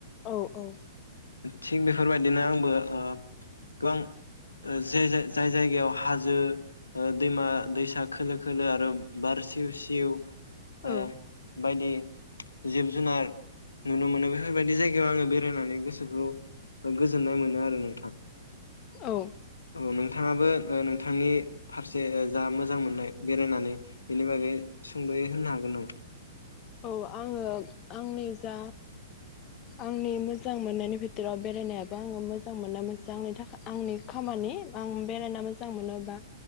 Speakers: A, on the left; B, on the left.
A: औ औ
B: थिग बेफोरबायदिनो आंबो ओ गोबां ओ जे जाय जायगायाव हाजो दैमा दैसा खोलो खोलो आरो बार सिव सिव
A: औ
B: ओ बायदि जिब जुनार नुनो मोनो बेफोरबायदि जायगायाव आङो बे बेरायनानै गोसोखौ गोजोननाय मोनो आरो नोंथां
A: औ
B: औ नोंथाङाबो ओ नोंथांनि फारसे जा मोजां मोननाय बेरायनानै बेनि बागै सुंद'यै होननो हागोन नामा
A: औ आङो आंनि जा आंनि मोजां मोननायनि भितोराव बेरायनायाबो आङो मोजां मोननाय मोनसे आंनि थाखाय आंनि खामानि आं बेरायना मोजां मोनोबा